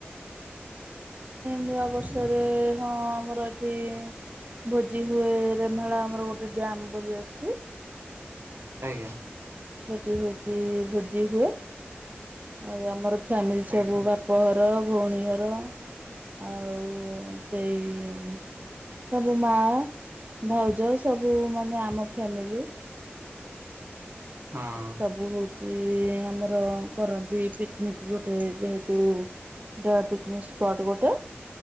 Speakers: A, on the right; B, on the right.
A: ନୂଆବର୍ଷରେ ହଁ ଆମର ଏଠି ଭୋଜି ହୁଏ ରେମାଳା ଆମର ଗୋଟେ ଡ୍ୟାମ ବୋଲି ଅଛି।
B: ଆଜ୍ଞା।
A: ସେଠି ହୋଉଚି। ଭୋଜି ହୁଏ ଆଉ ଆମର ଫ୍ୟାମିଲି ସବୁ
B: ଆଜ୍ଞା
A: ବାପଘର ଭଉଣୀ ଘର ଆଉ ସେଇ ସବୁ ମା ଭାଉଜ ସବୁ ମାନେ ଆମ ଫ୍ୟାମିଲି
B: ହଁ
A: ସବୁ ହୋଉଚି ଆମର କରନ୍ତି ପିକନିକ୍ ଗୋଟେ ଯେହେତୁ ଟ ପିକନିକ ସ୍ପଟ ଗୋଟେ